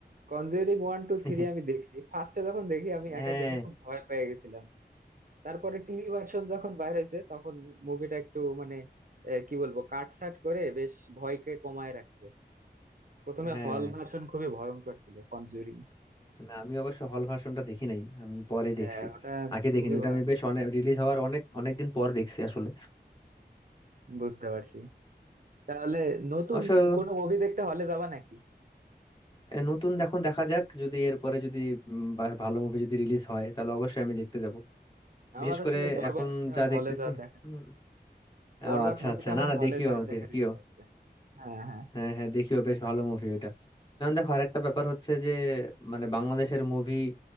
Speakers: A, on the right (about 50°); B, on the left (about 25°).
A: কনজিউরিং ওয়ান টু
B: <laughs>
A: থ্রি আমি দেখছি ফার্স্টে যখন দেখি আমি একা
B: হ্যাঁ
A: দেখে খুব ভয় পেয়ে গেছিলাম তারপরে টিভি ভার্সন যখন বাইর হয়েছে তখন মুভিটা একটু মানে আহ, কি বলবো কাটছাট করে বেশ ভয়কে কমায় রাখছে প্রথমে
B: হ্যাঁ
A: হল ভার্সন খুবই ভয়ঙ্কর ছিল কনজিউরিং
B: না আমি অবশ্য হল ভার্সনটা দেখি নাই আমি পরে
A: হ্যাঁ
B: দেখছি
A: ওটা
B: আগে দেখিনি
A: খুবই
B: ওটা
A: ভয়ঙ্কর
B: আমি বেশ
A: ছিল
B: অনেক রিলিজ হওয়ার অনেক অনেক দিন পর দেখছি আসলে
A: বুঝতে পারছি তাহলে নতুন
B: অবশ্য
A: কোনো মুভি দেখতে হলে যাবা নাকি
B: এ, নতুন এখন দেখা যাক যদি এরপরে যদি উম, বা ভালো মুভি যদি রিলিজ হয় তাহলে অবশ্যই আমি দেখতে যাব
A: আমার
B: বিশেষ
A: আসলে
B: করে
A: বরবাদটা
B: এখন যা
A: হলে
B: দেখতেছি
A: যাওয়ার দেখা
B: উম,
A: বরবাদ
B: ও আচ্ছা
A: মুভিটা
B: আচ্ছা
A: আমার
B: না না
A: হলে
B: দেখিও
A: যাওয়ার দেখার
B: দেখিও
A: ইচ্ছা আছে হ্যাঁ হ্যাঁ
B: হ্যাঁ হ্যাঁ দেখিও বেশ ভালো মুভি ওইটা এখন দেখো আরেকটা ব্যাপার হচ্ছে যে মানে বাংলাদেশের মুভি